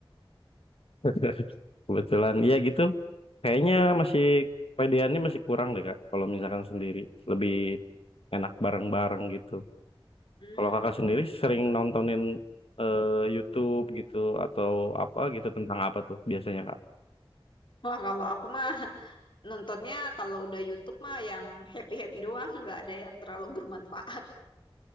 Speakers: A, on the left; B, on the left.
A: <laughs> Kebetulan ya gitu Kayaknya masih pedeannya masih kurang deh Kak, kalau misalkan sendiri. Lebih enak bareng-bareng gitu.
B: Hmm,
A: Kalau Kakak sendiri sering nontonin eh, YouTube gitu atau apa gitu tentang apa tuh biasanya Kak?
B: wah kalau aku mah <laughs> nontonnya kalau udah YouTube mah yang happy-happy doang, nggak ada yang terlalu bermanfaat.